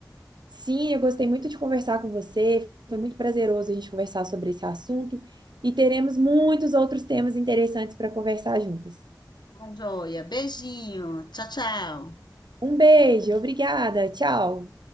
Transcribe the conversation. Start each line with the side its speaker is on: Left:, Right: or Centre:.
Right: Sim, eu gostei muito de conversar com você. Foi muito prazeroso a gente conversar sobre esse assunto e teremos muitos outros temas interessantes para conversar juntas.
Left: Tá Joia, beijinho, tchau, tchau.
Right: Um beijo, obrigada, tchau.